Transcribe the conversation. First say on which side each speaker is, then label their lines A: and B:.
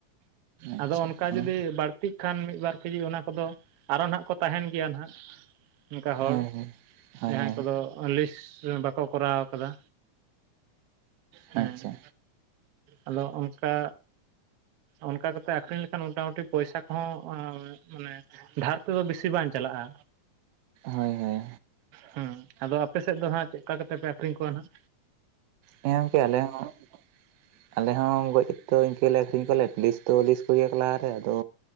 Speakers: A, on the right; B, on the right.
A: ᱟᱪᱪᱷᱟ
B: ᱟᱫᱚ ᱚᱱᱠᱟ
A: ᱚᱱᱟ
B: ᱡᱩᱫᱤ ᱵᱟᱹᱲᱛᱤ ᱠᱷᱟᱱ ᱢᱤᱫ ᱵᱟᱨ ᱠᱮᱡᱤ ᱚᱱᱟ ᱠᱚᱫᱚ ᱟᱨᱚ ᱱᱟᱦᱟᱜ ᱠᱚ ᱛᱟᱦᱮᱱ ᱜᱮᱭᱟ ᱱᱟᱦᱟᱜ ᱚᱱᱠᱟ ᱦᱚᱲ᱾
A: ᱦᱳᱭ ᱦᱳᱭ ᱦᱳᱭ
B: ᱡᱟᱦᱟᱸᱭ
A: ᱦᱳᱭ
B: ᱠᱚᱫᱚ ᱞᱤᱥ ᱵᱟᱠᱚ ᱠᱚᱨᱟᱣ ᱟᱠᱟᱫᱟ᱾ ᱦᱮᱸ᱾
A: ᱟᱪᱪᱷᱟ
B: ᱟᱫᱚ ᱚᱱᱠᱟ ᱚᱱᱠᱟ ᱠᱟᱛᱮᱜ ᱟᱠᱷᱨᱤᱧ ᱞᱮᱠᱷᱟᱱ ᱢᱚᱴᱟᱢᱩᱴᱤ ᱯᱚᱭᱥᱟ ᱠᱚᱦᱚᱸ ᱢᱟᱱᱮ ᱫᱷᱟᱨ ᱛᱮᱫᱚ ᱵᱮᱥᱤ ᱵᱟᱝ ᱪᱟᱞᱟᱜᱼᱟ᱾
A: ᱦᱳᱭ ᱦᱳᱭ
B: ᱦᱮᱸ ᱟᱫᱚ ᱟᱯᱮ ᱥᱮᱫ ᱫᱚ ᱦᱟᱸᱜ ᱪᱮᱫ ᱞᱮᱠᱟ ᱠᱟᱛᱮ ᱯᱮ ᱟᱠᱷᱨᱤᱧ ᱠᱚᱣᱟ ᱦᱟᱜ?
A: ᱦᱮᱸ ᱜᱚᱝᱠᱮ ᱟᱞᱮ ᱦᱚᱸ ᱟᱞᱮᱦᱚ ᱜᱚᱡᱛᱚ ᱤᱱᱠᱟᱹᱞᱮ ᱟᱠᱠᱷᱨᱤᱧ ᱠᱚᱣᱟᱞᱮ ᱯᱩᱞᱤᱥ ᱛ ᱤᱥ ᱠᱚᱜᱮᱭᱟ ᱠ ᱞᱟᱦᱟᱨᱮ ᱟᱫᱚ